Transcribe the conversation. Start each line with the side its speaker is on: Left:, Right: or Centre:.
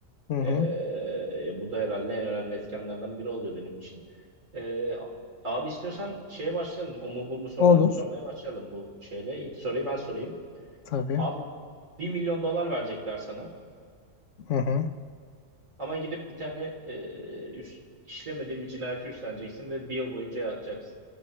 Left: Hı hı.
Right: Ee, bu da herhalde en önemli etkenlerden biri oluyor benim için. Ee, abi istiyorsan şeye başlayalım. O mu bu mu sorularını
Left: Olur.
Right: sormaya başlayalım bu şeyle. İlk soruyu ben sorayım.
Left: Tabii.
Right: Abi bir milyon dolar verecekler sana.
Left: Hı hı.
Right: Ama gidip bir tane e, üst- işlemediğin bir cinayeti üstleneceksin ve bir yıl boyunca yatacaksın.